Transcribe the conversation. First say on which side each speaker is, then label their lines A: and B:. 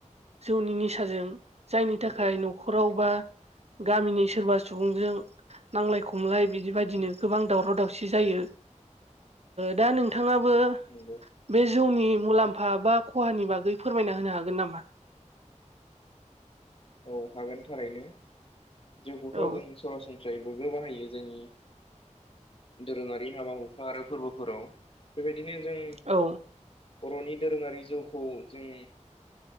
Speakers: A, on the right; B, on the left.
A: जौनि निसाजों जायनि
B: नंगौ
A: थाखाय न'खराव बा गामिनि सोरबा सुबुंजों नांलाय खमलाय बिदि बायदिनो गोबां दावराव दावसि जायो। दा नोंथाङाबो
B: नंगौ।
A: बे जौनि मुलाम्फा बा खहानि बागै फोरमायना होनो हागोन नामा?
B: औ हागोननि थारैनो जउखौथ'
A: औ
B: जों सरासनस्रै फ्राय बयबो बाहायो जोंनि दोरोङारि हाबा हुखा आरो फोरबोफोराव बेबायदिनो जों
A: औ।
B: बर'नि दोरोंङारि जौखौ जों